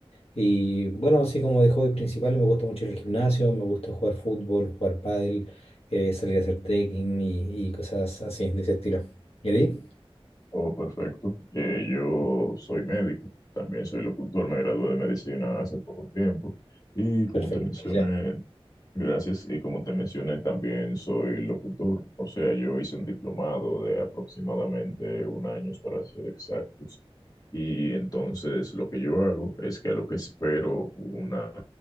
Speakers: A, on the left; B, on the left.
A: Y bueno, así como de hobbies principales me gusta mucho ir al gimnasio, me gusta jugar fútbol, jugar pádel, eh, salir a hacer trekking y, y cosas así de ese estilo. ¿Y a ti?
B: Oh, perfecto. Eh, yo soy médico, también soy locutor, me gradué de medicina hace poco tiempo y como
A: Perfecto,
B: te mencioné,
A: felicidades.
B: Gracias, y como te mencioné, también soy locutor, o sea, yo hice un diplomado de aproximadamente un año para ser exactos. Y entonces lo que yo hago es que a lo que espero una,